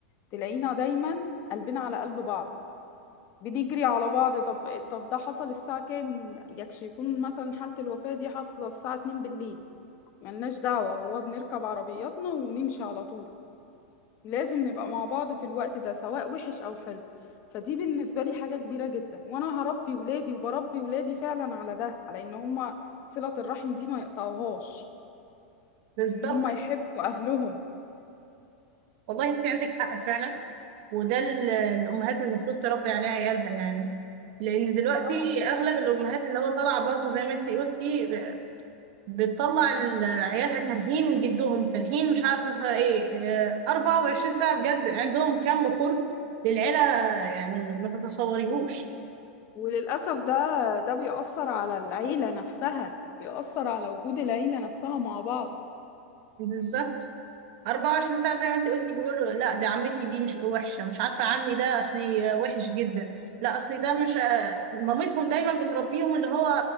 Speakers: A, on the left (about 40°); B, on the right (about 55°).
A: تلاقينا دايما قلبنا على قلب بعض بنجري على بعض طب طب ده حصل الساعة كام يكش يكون مثلا حالة الوفاة دي حاصلة الساعة 2 بالليل ملناش دعوة هو بنركب عربياتنا ونمشي على طول لازم نبقى مع بعض في الوقت ده سواء وحش أو حلو فدي بالنسبة لي حاجة كبيرة جدا وأنا هربي ولادي وبربي ولادي فعلا على ده على إن هما صلة الرحم دي ما يقطعوهاش
B: بالظبط
A: إن هما يحبوا أهلهم
B: والله انت عندك حق فعلا وده ال- الامهات المفروض تربي عليه عيالها يعني لان دلوقتي
A: اه
B: اغلب الامهات اللي هو طالعه برضو زي ما انت قلتي ب- بتطلع ال- عيالها كارهين جدهم كارهين مش عارفه ايه اه، 24 ساعه بجد عندهم كم قرب للعيله يعني ما تتصوريهوش
A: وللأسف ده ده بيأثر على العيلة نفسها بيأثر على وجود العيلة نفسها مع بعض
B: بالظبط 24 ساعة زي ما انت قلتي بيقولوا لا ده عمتي دي مش وحشة مش عارفة عمي ده اصلي وحش جدا لا اصلي ده مش مامتهم دايما بتربيهم اللي هو